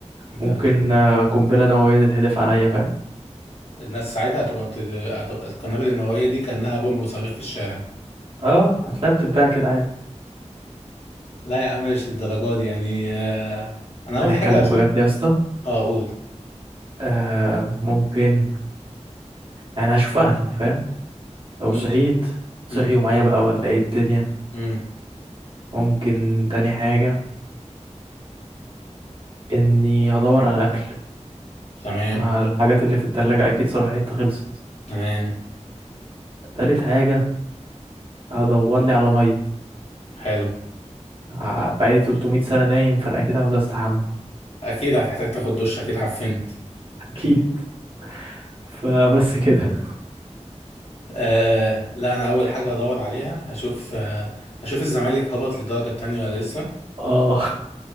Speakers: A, on the left (about 60°); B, on the right (about 45°).
A: انت,
B: ممكن
A: انت
B: آه، قنبلة نووية تتحدف عليا فاهم
A: الناس ساعتها هتبقى بتد... هتبقى القنابل النووية دي كأنها بومب وصواريخ في الشارع
B: اه هتلاقيها بتتباع كده عادي
A: لا يا عم مش للدرجة دي يعني آه، انا اول
B: هنتكلم
A: حاجة هشوف
B: بجد يا اسطى
A: اه اقول
B: آه ممكن يعني هشوف اهلي فاهم لو
A: ماشي
B: صحيت صحيوا
A: امم
B: معايا بقى ولا ايه الدنيا
A: امم
B: ممكن تاني حاجة اني هدور على اكل
A: تمام
B: على الحاجات اللي في التلاجة اكيد صراحتها خلصت
A: تمام
B: تالت حاجة هدور لي على مية
A: حلو
B: ع- بقالي 300 سنة نايم فانا اكيد عاوز استحمى
A: اكيد هتحتاج تاخد دش اكيد عفنت
B: <laughs> اكيد فبس كده
A: آه لا انا اول حاجه هدور عليها هشوف آه هشوف الزمالك هبط للدرجه التانية ولا لسه
B: اه